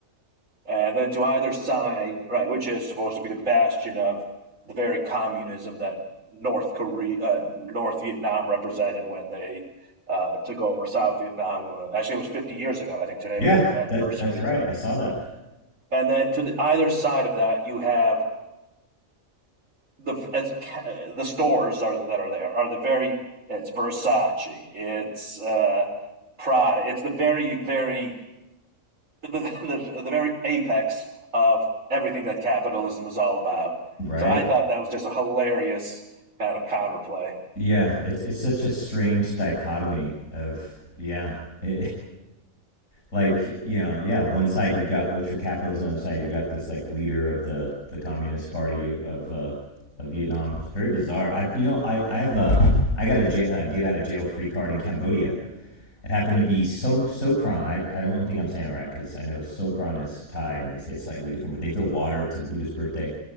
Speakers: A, on the right (about 70°); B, on the left (about 70°).
A: and then to either side, right, which is supposed to be the bastion of the very communism that North Korea, uh, North Vietnam represented when they uh, took over South Vietnam. Uh, Actually, it was 50 years ago. I think today
B: Yeah,
A: was the anniversary.
B: that that's right. I saw that.
A: And then to the either side of that, you have the it's, the stores are, that are there are the very it's Versace, it's uh, Prada, it's the very very the, the, the very apex of everything that capitalism is all about.
B: Right?
A: So I thought that was just a hilarious kind of counterplay.
B: Yeah, it's it's such a strange dichotomy of yeah. <laughs> like you know yeah one side you've got ultra capitalism the other side you've got this like leader of the the communist party of uh of vietnam it's very bizarre i you know i i've uh i got a j- uh, get out of jail free card in cambodia it happened to be so sokran i i don't, think i'm saying it right because i know sokran is thai and they say it's slightly different but they throw water it's a buddhist birthday